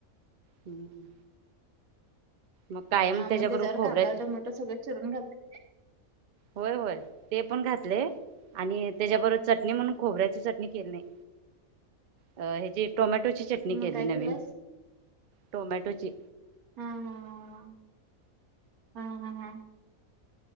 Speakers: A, on the right; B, on the right.
A: हम्म मग कायम
B: हा
A: त्याच्याबरोबर
B: मग त्याच्यावर
A: खोबऱ्याची
B: कांदा टमोट सगळं चिरून घात
A: होय होय ते पण घातले आणि त्याच्याबरोबर चटणी म्हणून खोबऱ्याची चटणी केली नाही अ हची टोमॅटोची चटणी
B: मग
A: केजे
B: काय
A: नवीन
B: केलंस
A: टोमॅटोची
B: हा हा हा हा हा